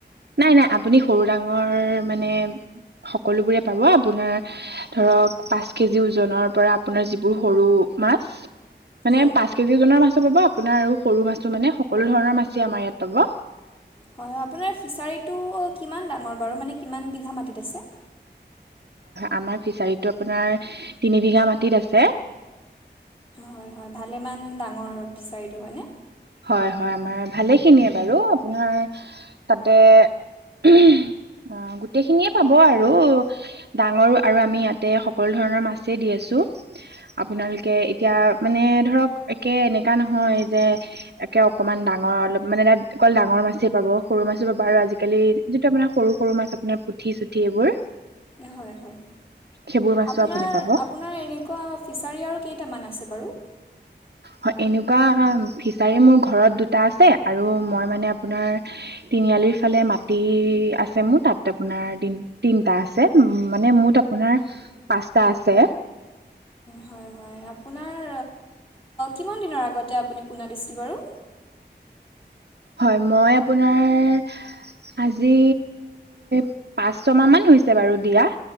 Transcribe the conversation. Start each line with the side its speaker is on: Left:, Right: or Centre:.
Right: নাই - নাই। আপুনি সৰু ডাঙৰ মানে সকলোবোৰে পাব। আপোনাৰ ধৰ অ' পাঁচ কেজি ওজনৰ পৰা আপোনাৰ যিবোৰ সৰু মাছ মানে
Left: হয়
Right: পাঁচ কেজি ওজনৰ মাছো পাব আপোনাৰ আৰু সৰু মাছটো মানে সকলো ধৰণৰ মাছেই আমাৰ ইয়াত পাব।
Left: হয় - হয়। আপোনাৰ ফিছাৰীটো কিমান ডাঙৰ বাৰু? মানে কিমান বিঘা মাটিত আছে?
Right: আমাৰ ফিছাৰিটো আপোনাৰ তিনি বিঘা মাটিত আছে।
Left: হয় - হয়, ভালেমান ডাঙৰ ফিছাৰীটো, হয়নে?
Right: হয় - হয়, আমাৰ ভালেখিনিয়ে বাৰু। আপোনাৰ তাতে উ অ' গোটেইখিনিয়ে পাব আৰু। ডাঙৰো- আৰু আমি ইয়াতে সকলো ধৰণৰ মাছেই দি আছোঁ। তোৰ আপোনালোকে এতিয়া মানে ধৰক একে এনেকা নহয় যে একে অকণমান ডাঙৰ অলপ মানে তাত অকল ডাঙৰ মাছেই পাব সৰু মাছো পাব আৰু আজিকালি যিটো আপোনাৰ সৰু সৰু মাছ আপোনাৰ পুঠি চুঠি এইবোৰ
Left: হয় হয়
Right: সেইবোৰ মাছো
Left: আপোনাৰ
Right: আপুনি পাব
Left: আপোনাৰ এনেকুৱা ফিচাৰী আৰু কেইটামান আছে আছে বাৰু
Right: হয় এনেকুৱা ফিচাৰী মোৰ ঘৰত দুটা আছে আৰু মই মানে আপোনাৰ তিনিআলিৰ ইফালে মাটি আছে মোৰ তাত আপোনাৰ তিনিটা আছে মানে মুঠ আপোনাৰ পাঁচটা আছে
Left: হয় হয় আপোনাৰ কিমান দিনৰ আগতে আপুনি পোনা দিছিল বাৰু
Right: হয় মই আপোনাৰ আজি পাঁচ ছমাহ মান হৈছে বাৰু দিয়া